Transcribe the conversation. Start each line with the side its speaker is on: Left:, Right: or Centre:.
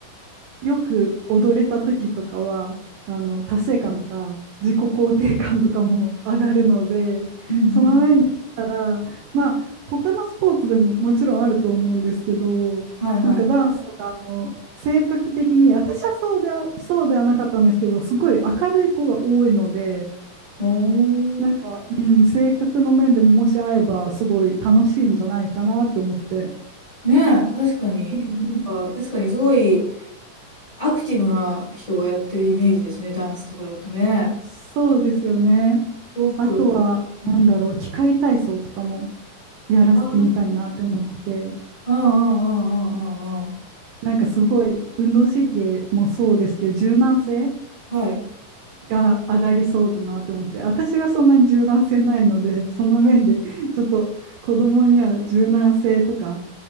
Right: よく踊れた時とかは、あの、達成感とか、自己肯定感とかも上がるので、
Left: うんうん。
Right: その上で言ったら、まあ、他のスポーツでももちろんあると思うんですけど、
Left: はいはい。
Right: なんかダンスとか、あの、性格的に、私はそうでは、そうではなかったんですけど、すごい明るい子が多いので、
Left: お
Right: なんか、
Left: ー。
Right: うん、性格の面でももし会えば、すごい楽しいんじゃないかなって思って。
Left: ねえ、確かに、
Right: うん
Left: なんか、
Right: うん。
Left: 確かにすごいアクティブな人がやってるイメージですね、ダンスとかだとね。
Right: そうですよね。
Left: オープロと、
Right: あとは、なんだろう、
Left: うん。
Right: 器械体操とかもやらせてみたいなって思ってて、
Left: ああ、ああ、ああ、あ
Right: なんかすごい運動神経もそうですけど、柔軟性
Left: あ、ああ、はい。
Right: が上がりそうだなって思って、私がそんなに柔軟性ないので、<laughs> その面でちょっと子供には柔軟性とか